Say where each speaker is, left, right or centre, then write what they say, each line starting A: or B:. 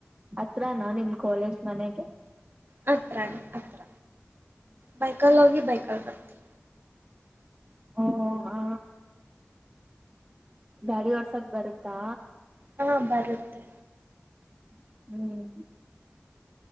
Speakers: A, on the right; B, on the right.
A: ಹತ್ರನಾ ನಿಮ್ ಕಾಲೇಜ್ ಮನೆಗೆ
B: ಹತ್ರ ಹತ್ರ ಬೈಕಲ್ ಹೋಗಿ ಬೈಕಲ್ ಬರ್ತೀ
A: ಓ ಆ ಗಾಡಿ ಓಡ್ಸಕ್ ಬರುತ್ತಾ.
B: ಹಾ ಬರುತ್ತೆ
A: ಹ್ಮ್